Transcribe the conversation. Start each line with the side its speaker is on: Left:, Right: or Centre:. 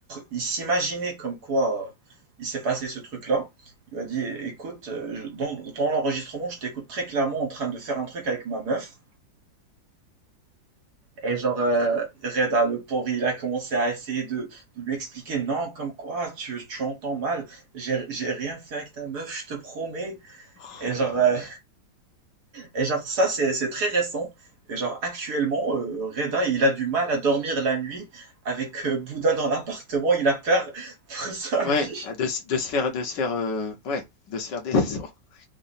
Right: il s'imaginait comme quoi euh, il s'est passé ce truc-là. Il lui a dit, écoute, euh, je- dans, dans l'enregistrement, je t'écoute très clairement en train de faire un truc avec ma meuf. Et genre, euh, Red le pauvre, il a commencé à essayer de, de lui expliquer, non, comme quoi, tu, tu entends mal, j'ai j'ai rien fait avec ta meuf, je te promets.
Left: Oh
Right: Et genre,
Left: là là
Right: euh,
Left: là là.
Right: et genre ça, c'est c'est très récent. Et genre, actuellement, euh, Reda, il a du mal à dormir la nuit avec euh, Bouddha dans l'appartement, il a peur <laughs> pour sa
Left: Ouais,
Right: vie.
Left: ah de se de se faire de se faire, heu, ouais, de se faire descendre. <laughs>